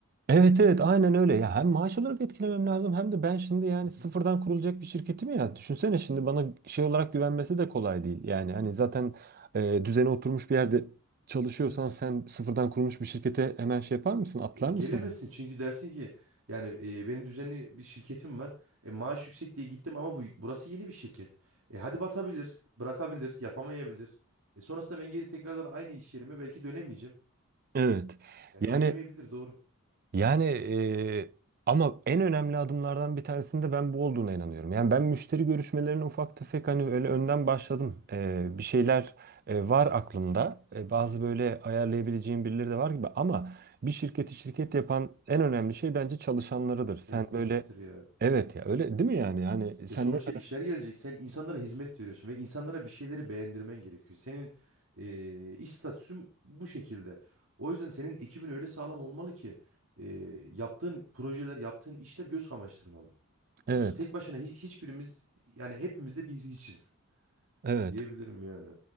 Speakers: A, on the right; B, on the right.
A: Evet evet aynen öyle. Ya hem maaş olarak etkilemem lazım hem de ben şimdi yani
B: Hı
A: sıfırdan
B: hı.
A: kurulacak bir şirketim ya. Düşünsene şimdi bana şey olarak güvenmesi de kolay değil. Yani hani zaten e, düzene oturmuş bir yerde çalışıyorsan
B: Evet.
A: sen sıfırdan kurulmuş bir şirkete hemen şey yapar mısın? Atlar
B: E, Gelemezsin
A: mısın?
B: çünkü dersin ki yani e, benim düzenli bir şirketim var. E, maaş yüksek diye gittim ama bu burası yeni bir şirket. E, hadi batabilir, bırakabilir, yapamayabilir. E, sonrasında ben geri tekrardan aynı iş yerime belki dönemeyeceğim.
A: Evet.
B: Yani
A: Yani
B: istemeyebilir doğru.
A: Yani e, ama en önemli adımlardan bir tanesinde ben bu olduğuna inanıyorum. Yani ben müşteri görüşmelerine ufak tefek hani öyle önden başladım. E,
B: Hı hı.
A: bir şeyler e, var aklımda. E, bazı böyle ayarlayabileceğim birileri de var gibi ama bir şirketi şirket yapan en önemli şey bence çalışanlarıdır. Sen
B: Evet
A: böyle
B: ekiptir ya.
A: evet ya öyle değil mi yani? Yani sen
B: Ya sonuçta
A: ne kadar
B: işler gelecek. Sen insanlara hizmet veriyorsun ve insanlara bir şeyleri beğendirmen gerekiyor. Senin e, iş statüsün bu şekilde. O yüzden senin ekibin öyle sağlam olmalı ki e, yaptığın projeler, yaptığın işler göz kamaştırmalı.
A: Evet.
B: Yoksa tek başına hi- hiçbirimiz yani hepimiz de bir hiçiz
A: Evet.
B: diyebilirim yani.